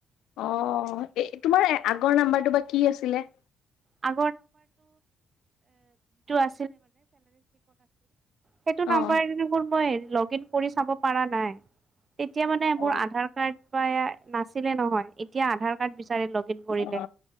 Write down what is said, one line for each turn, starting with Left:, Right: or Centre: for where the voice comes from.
Left: অ এ তোমাৰ আগৰ নাম্বাৰটো বা কি আছিলে।
Right: যি আ্ আ। সেইটো
Left: অ'।
Right: নাম্বাৰ মোৰ মই লগ ইন কৰি চাব পা নাই। তেতিয়া মানে
Left: অ',
Right: মোৰ আধাৰ কাৰ্ড বা এ নাছিলে নহয় এতিয়া আধাৰ কাৰ্ড। বিচাৰি লগ ইন কৰিলে
Left: অ